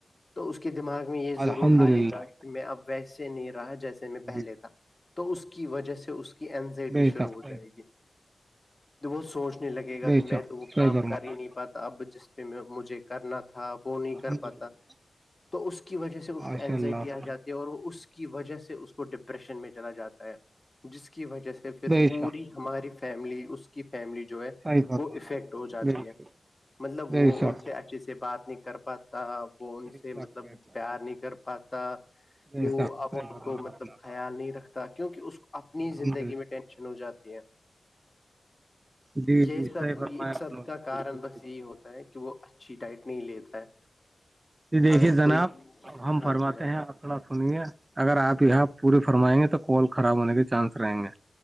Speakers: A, on the left; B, on the right.
A: تو اس کے دماغ میں یہ
B: الحمد
A: ضرور آئے
B: للہ
A: گا کہ میں اب ویسے نہیں رہا جیسے میں پہلے
B: جی
A: تھا تو اس کی وجہ سے اس کی اینزائٹی
B: بے
A: شروع
B: شک
A: ہو جائے گی وہ سوچ م لگے گا
B: بے
A: کہ میں
B: شک
A: تو وہ
B: صحیح
A: کام
B: فرمایا
A: کر ہی نہیں پاتا اب جس پہ مجھے کرنا تھا وہ نہیں
B: الحمد
A: کر پاتا
B: للہ
A: تو اس کی وجہ سے اس
B: ماشاء
A: کو اینزائٹی
B: اللہ
A: آ جاتی ہے وہ اس کی وجہ سے اس کو ڈپریشن میں چلا جاتا ہے جس کی وجہ سے پھر
B: بے
A: پوری
B: شک
A: ہماری فیملی اس کی فیملی جو ہے
B: صحیح فرمایا
A: وہ افیکٹ ہو جاتی
B: بالکل
A: ہے مطلب
B: بے
A: وہ
B: شک
A: ان سے اچھے سے بات نہیں کر پا پاتا وہ ان
B: بے
A: سے
B: شک
A: مطلب
B: بے شک
A: پیار نہیں کر پاتا
B: بے
A: وہ
B: شک
A: ا
B: صحیح فرمایا
A: کو مطلب
B: آپ نے
A: خیال نہیں رکھتا کیونکہ اس کو اپنی
B: الحمد
A: زندگی
B: للہ
A: میں ٹینشن ہو جاتی ہے
B: جی
A: یہ
B: جی
A: سب
B: صحیح فرمایا
A: یہ سب
B: آپ نے
A: کا کارن
B: بالکل
A: بس
B: صحیح فرمایا
A: یہ ہوتا ہے کہ وہ اچھی ڈائٹ نہیں لیتا ہے
B: ج دیکھیے
A: اگر
B: جناب
A: کوئی
B: ہم
A: ہاں
B: فرمات
A: جی بھائی
B: ہیں آپ تھوڑا سنیے اگر آپ یہاں پوری فرمائیں گے تو کال خراب ہونے کے چانس رہیں گے